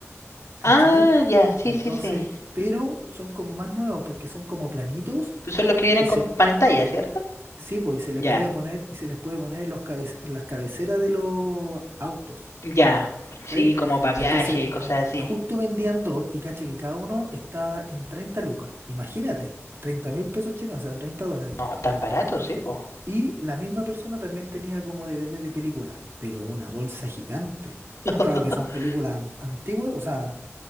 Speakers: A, on the right; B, on the left.
A: ¿cachai?
B: Ah, ya, sí,
A: Entonces,
B: sí, sí.
A: pero son como más nuevos porque son como planitos
B: Son los que vienen
A: y
B: con
A: se,
B: pantalla, ¿cierto?
A: sí, pues, y se les
B: Ya.
A: puede poner, y se les puede poner en los cabe- en las cabeceras de los autos.
B: Ya, sí,
A: ¿cachai?
B: como para viaje
A: Entonces,
B: y cosas así.
A: y justo vendían dos y caché que cada uno estaba en 30 lucas. Imagínate, treinta mil pesos chilenos, o sea, 30 dólares.
B: No, tan barato, sí, po.
A: Y la misma persona también tenía como DVDs de películas, pero una bolsa gigante.
B: <laughs>
A: Claro que son películas an- antiguas, o sea,